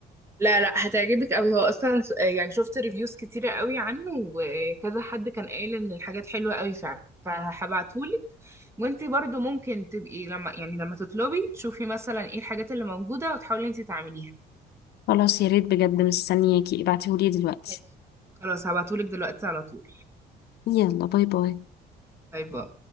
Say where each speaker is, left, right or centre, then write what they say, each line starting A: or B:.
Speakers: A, on the right (about 15°); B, on the left (about 70°).
A: لا لا هتعجبك قوي هو اصلا س- يعني شفت ريفيوز كتيرة قوي عنه وكذا حد كان قايل ان الحاجات حلوة قوي فعلا فهبعتهولك وانتي برضو ممكن تبقي لما يعني لما تطلبي تشوفي مثلا ايه الحاجات اللي موجودة وتحاولي انتي تعمليها
B: خلاص يا ريت بجد مستنياكي ابعتيهولي دلوقتي
A: ماشي خلاص هبعتهولك دلوقتي على طول
B: يلا باي باي
A: باي باي